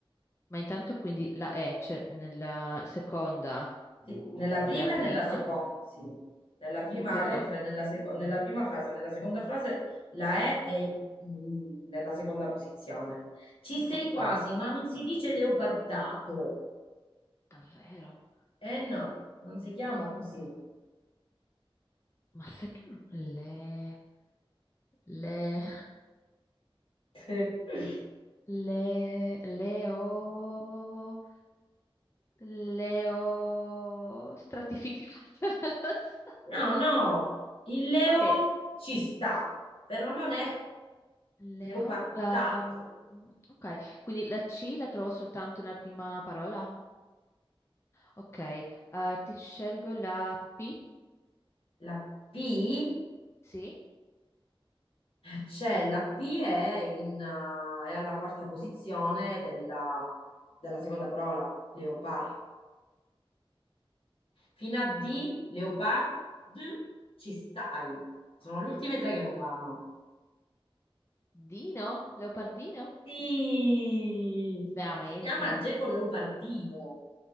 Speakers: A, on the left (about 30°); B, on the left (about 70°).
A: Ma intanto quindi la E c'è nella seconda
B: Sì, nella prima
A: della prima.
B: e nella seconda, sì. Nella prima
A: Tutti e due?
B: lettera, e nella, seco- nella prima frase, nella seconda frase la E è in- nella seconda posizione. Ci sei
A: Ok.
B: quasi, ma non si dice leopardato.
A: Davvero?
B: Eh no, non si chiama così.
A: Ma sai che non- le... le...
B: <laughs>
A: le... leo... leo... stratificate, <laughs> non lo so.
B: No, no, il leo
A: Ok,
B: ci sta, però non è
A: leo...
B: leopardato.
A: ehm, ok, quindi la C la trovo soltanto nella prima parola? Ok, eh, ti scelgo la P?
B: La P
A: Sì?
B: C'è la P è, in, eh, è alla quarta posizione della, della seconda parola, leopard. Fino a D, leopard, ci stai. Sono le ultime tre che non vanno.
A: Dino? Leopardino? No.
B: Sì,
A: Veramente?
B: si chiama geco leopardino.